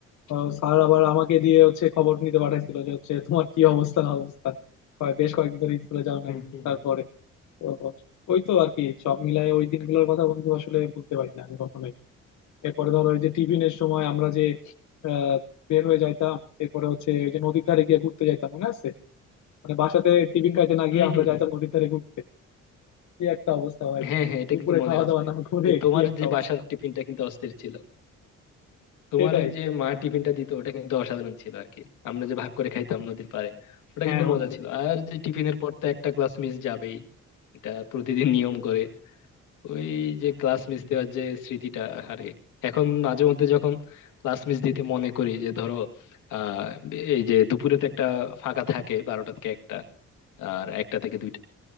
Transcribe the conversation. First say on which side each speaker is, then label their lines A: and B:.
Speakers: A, on the left; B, on the left.
A: আহ, স্যার আবার আমাকে দিয়ে হচ্ছে খবর নিতে পাঠাইছিল যে হচ্ছে তোমার কি অবস্থা না অবস্থা কয়- বেশ কয়েকদিন ধরে স্কুলে যাও
B: হুম
A: নাই
B: হুম।
A: তারপরে তো ওই তো আর কি সব মিলায় ওই দিনগুলোর কথা বন্ধু আসলে বলতে পারি না আমি কখনোই এরপরে ধরো ওই যে টিফিনের সময় আমরা যে আহ, বের হয়ে যাইতাম এরপরে হচ্ছে ওই যে নদীর ধারে গিয়ে ঘুরতে যাইতাম মনে আছে মানে বাসাতে টিফিন খাইতে না গিয়ে
B: হম
A: আমরা
B: হম
A: যাইতাম নদীর ধারে ঘুরতে কি একটা অবস্থা ভাই
B: হ্যাঁ হ্যাঁ এটা
A: দুপুরে
B: কিন্তু মনে
A: খাওয়া
B: আছে
A: দাওয়া না করে
B: যে তোমার
A: কি একটা
B: যে
A: অবস্থা
B: বাসার টিফিনটা কিন্তু অস্থির ছিল তোমার
A: সেটাই
B: যে মা টিফিনটা দিত ওটা কিন্তু অসাধারণ ছিল আর কি আমরা যে ভাগ করে খাইতাম নদীর পাড়ে ওটা
A: হ্যাঁ
B: কিন্তু
A: বন্ধু
B: মজা ছিল আর যে টিফিনের পর তো একটা ক্লাস মিস যাবেই এটা প্রতিদিন নিয়ম করে ওই যে ক্লাস মিস দেওয়ার যে স্মৃতিটা আরে এখন মাঝে মধ্যে যখন ক্লাস মিস দিতে মনে করি যে ধরো আহ এই যে দুপুরে তো একটা ফাঁকা থাকে বারোটা থেকে একটা আর একটা থেকে দুইটা